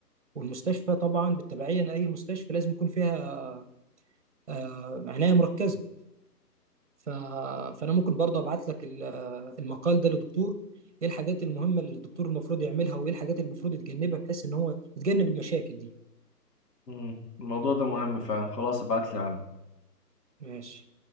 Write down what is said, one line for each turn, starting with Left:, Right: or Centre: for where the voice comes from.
Right: والمستشفى طبعا بالتبعية لأي مستشفى لازم يكون فيها آه، عناية مركزة ف... فانا ممكن برضه ابعت لك ال- المقال ده للدكتور ايه الحاجات المهمه اللي الدكتور المفروض يعملها وايه الحاجات اللي المفروض يتجنبها بحيث ان هو يتجنب المشاكل دي
Left: مم. الموضوع ده مهم فعلا خلاص ابعت لي عنه
Right: ماشي